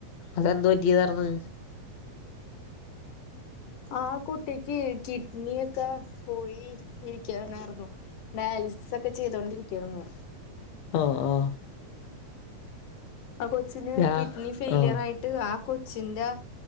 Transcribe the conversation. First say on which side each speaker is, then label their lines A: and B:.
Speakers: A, on the left; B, on the left.
A: അതെന്ത് പറ്റിയതർന്ന്
B: ആ കുട്ടിക്ക് കിഡ്നിയൊക്കെ പോയി ഇരിക്കയാരുന്ന് ഡയാലിസിസ് ഒക്കെ ചെയ്തൊണ്ടിരിക്കുകയരുന്നു
A: ആഹ് ആഹ്
B: ആഹ് കൊച്ചിന്
A: ഞാ
B: കിഡ്നി ഫെയിലയർ
A: ആഹ്
B: ആയിട്ട് ആ കൊച്ചിന്റെ